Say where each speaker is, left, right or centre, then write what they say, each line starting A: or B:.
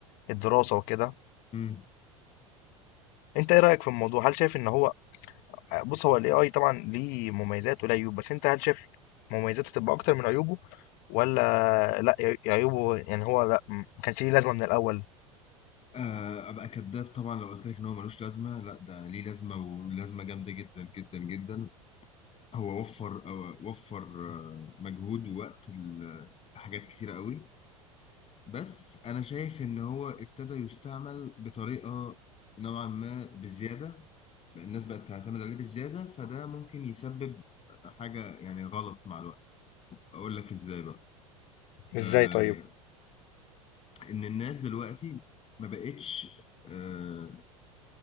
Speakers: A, on the left (about 50°); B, on the left (about 35°).
A: الدراسه وكده
B: مم.
A: انت ايه رايك في الموضوع هل شايف ان هو بص هو الاي اي طبعا ليه مميزات وليه عيوب بس انت هل شايف مميزاته تبقى اكتر من عيوبه ولا لا يع- عيوبه يعني هو لا م- ما كانش ليه لازمه من الاول
B: آه، ابقى كذاب طبعا لو قلت لك ان هو ملوش لازمه لا ده ليه لازمه ولازمه جامده جدا جدا جدا هو وفر أو وفر آه، مجهود ووقت ل- لحاجات كتيره قوي بس انا شايف ان هو ابتدى يستعمل بطريقه نوعا ما بزياده بقى الناس بقت تعتمد عليه بزيادة فده ممكن يسبب حاجة يعني غلط مع الوقت أقول لك إزاي بقى
A: ازاي
B: آه
A: طيب
B: إن الناس دلوقتي ما بقتش آه